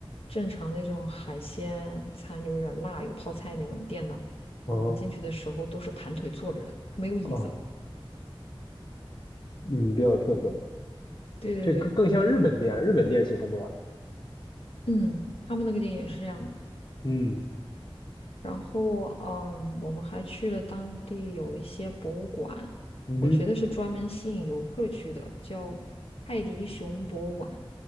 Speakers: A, on the left; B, on the left.
A: 正常那种海鲜餐就有点辣，有泡菜那种店呢，
B: 哦
A: 我们进去的时候都是盘腿坐着的，它没有椅子。
B: 哦，嗯，比较有特色。
A: 对对对，
B: 这更更像日本店，日本店喜欢那样。
A: 嗯，他们那个店也是这样的。
B: 嗯
A: 然后嗯，我们还去了当地有一些博物馆，
B: 嗯哼，
A: 我觉得是专门吸引游客去的，叫泰迪熊博物馆。